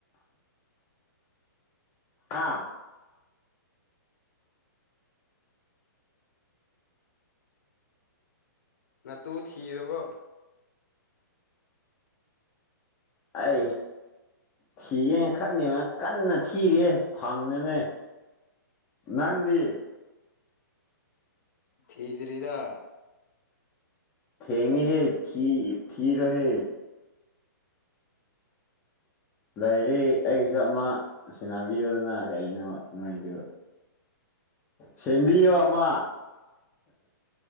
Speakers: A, on the left; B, on the left.
A: ꯍꯥꯥ
B: ꯅ ꯇꯨ ꯊꯤꯗꯕ
A: ꯑꯩ ꯊꯤꯒꯦ ꯈꯟꯗꯦꯕ ꯀꯟꯅ ꯊꯤꯔꯤꯌꯦ ꯐꯪꯅꯅꯦ ꯅꯪꯗꯤ
B: ꯊꯗꯔꯤꯗ
A: ꯊꯦꯡꯅꯤ ꯍꯦ ꯊ ꯊꯔ ꯍꯦ ꯂꯥꯏꯗꯤ ꯑꯩꯒꯤꯁꯨ ꯑꯃ ꯁꯦꯟꯅꯕꯤꯌꯣꯗꯅ ꯀꯩꯅꯣ ꯅꯣꯏꯁꯨ ꯁꯦꯝꯕꯤꯣ ꯑꯃ